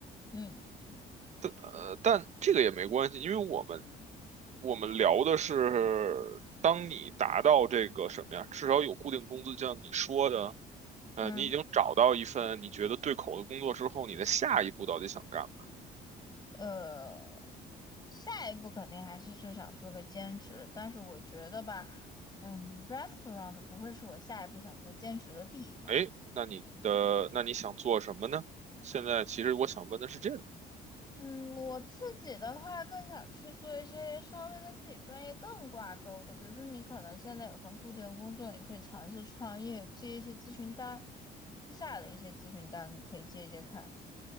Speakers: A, on the left; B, on the right.
A: 嗯
B: 呃，但这个也没关系，因为我们我们聊的是，当你达到这个什么呀，至少有固定工资，就像你说的，呃，
A: 嗯，
B: 你已经找到一份你觉得对口的工作之后，你的下一步到底想干嘛？
A: 呃，下一步肯定还是就想做个兼职，但是我觉得吧，嗯，restaurant 不会是我下一步想做兼职的地方。
B: 哎，那你的那你想做什么呢？现在其实我想问的是这个，
A: 嗯，我自己的话更想去做一些稍微跟自己专业更挂钩的，比如说你可能现在有份固定的工作，你可以尝试创业，接一些咨询单，私下的一些咨询单你可以接接看，